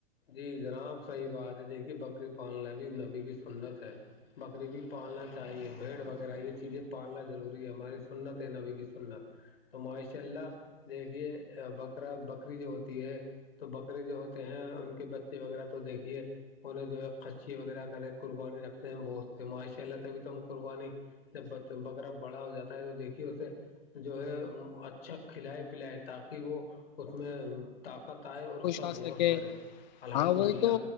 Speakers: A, on the left; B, on the left.
A: جی جناب صحیح بات ہے دیکھیے بکری پالنا بھی نبی کی سنت ہے بکری بھی پالنا چاہیے بھیڑ وغیرہ یہ چیزیں پالنا ضروری ہے ہماری سنت ہے نبے کی سنت تو ماشاء اللہ دیکھیے بکرا بکری جو ہوتی ہے تو بکرے جو ہوتے ہیں ان بچے وغیرہ تو دیکھیے انہیں جو ہے خچی وغیرہ کریں قربانی رکھتے ہیں بہت اس سے ماشاء اللہ تبھی تم قربانی جب بکرا بڑا ہو جاتا ہے تو دیکھیے اسے جو ہے اچھا کھلائے پلائے تاکہ وہ اس میں طاقت تائے اور اس کا
B: آ سکے
A: گوشت بڑھے الحمد
B: ہاں وہی
A: للہ
B: تو